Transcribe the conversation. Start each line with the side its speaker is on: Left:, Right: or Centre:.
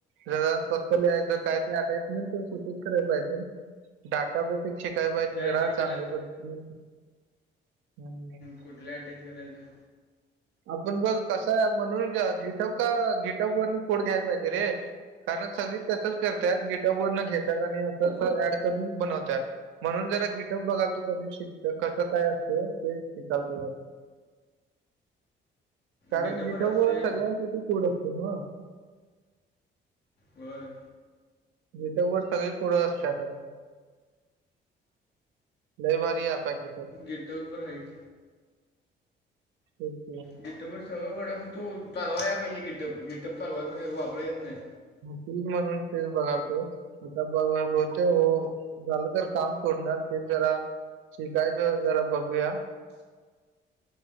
Right: जरा स्वतः लिहायचं काय ते आायचं ना सुूटिंग कराय पाहिजे डाटा बेस. शिकाय पाहिजे
Left: चार
Right: जरा
Left: डीबीला
Right: चांगल्या पद्धती हम्.
Left: कुठल्या अटॅच करायचं.
Right: आपण बघ कसा म्हणून गीटप का गिटप वरून कोड घ्यायला पाहिजे रे. कारण सगळी तसच करतात गिटावर न घेतात आणि असं अस ऍड करून बनवतात. म्हणून जरा गिटप बघाल तो कस शिकत कसं काय असत ते शिकाल तू जरा. कारण
Left: डिटोबर
Right: जिथब
Left: असतोय
Right: सगळ्यांसाठी कोड असते ना.
Left: होय.
Right: जटबर सगळी कुढं असते आताण. नाही भारीया पाकी.
Left: गेटपर आहेतहीत.
Right: हम् हम.
Left: गिटपवर सगळं वडा फक्तो चालवा आहे पाहिजे गिटप गिटप चालू आहे पणे वापराय येत नाही.
Right: तेच म्हणून तेच बघालतो आता बघ बहुतेक हो. झालं तर काम सोडणार ते जरा. शिकायचं जरा बघूया.